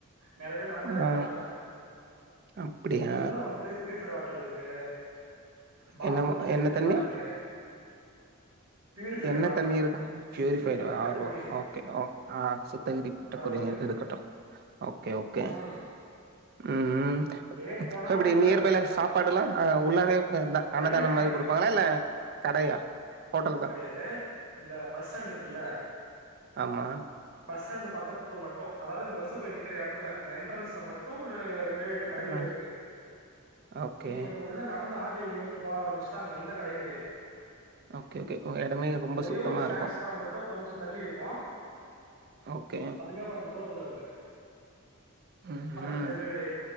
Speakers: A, on the right; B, on the right.
A: நெறைய பேர் நடந்துதா
B: ஆ
A: போறாங்க
B: அப்படியா?
A: உள்ள வந்து பீஃப்டுவ பட்டர் இருக்கு பாத்ரூம்
B: என்னமோ
A: பெசிலிட்டி
B: என்ன தண்ணி?
A: நல்லா இருக்கு பியூரிஃபைடு
B: என்ன
A: வாட்டர்
B: தண்ணி இருக்குனே பூரிஃபைடுடா
A: சுத்திகரிக்கப்பட்ட
B: ஆரோவா
A: குடிநீர்
B: ஓகே ஓக் ஆ சுத்தகிரிப்பட்ட
A: ஆரோ
B: குடிநீர்
A: இருக்கு
B: இருக்கட்டு ஓகே ஓகே
A: ம்
B: ம் ம்
A: அப்படியே போனா
B: இப்புடி
A: அந்த
B: நியர்பைல சாப்பாடெல்லா ஆ உள்ளாரே என்ன அன்னதானோ
A: வழியில கடை
B: மாரி
A: இருக்கு
B: குடுப்பாங்களா இல்ல கடையா ஹோட்டல்தான்
A: எது இந்த பஸ் ஸ்டாண்ட் இருக்குல்ல
B: ஆமா
A: பஸ் ஸ்டாண்ட் பக்கத்து ல மட்டு அதாது இந்த பஸ்ஸு போய் நிக்குற எடத்துல அந்த என்ட்ரன்ஸ்ல மட்டும் ஒரு ஏழு எட்டு கடைகள்
B: ம்
A: இருக்கு
B: ஓகே
A: நீ கொஞ்சோ உள்ள நடந்து ஆ <unintelligible> நோக்கி போக ஆம்புச்சுட்டாங்க எந்த கடையு கெடையாது
B: ஓகே ஓகே ஒ எடமே ரொம்ப
A: ஒரே
B: சுத்தமா
A: ஒரு ஸ்நாக்ஸ்
B: இருக்கு
A: கடை மட்டு கொஞ்சோ தள்ளி இருக்கு
B: ஓகே
A: அதுமே கொஞ்ச தூரத்துல இருக்கு
B: ம்
A: பக்கத்துல
B: ம்
A: எதுவுமே கெடையாது